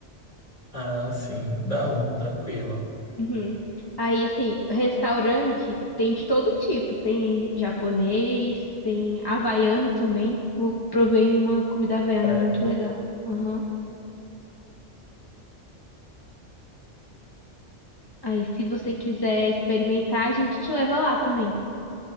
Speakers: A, on the left; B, on the left.
A: Ah, sim. Não, tranquilo.
B: Uhum. Aí, assim, restaurante tem de todo tipo. Tem japonês, tem havaiano também. Eu provei uma comida havaiana
A: Sério?
B: muito legal. Aham. Aí, se você quiser experimentar, a gente te leva lá também.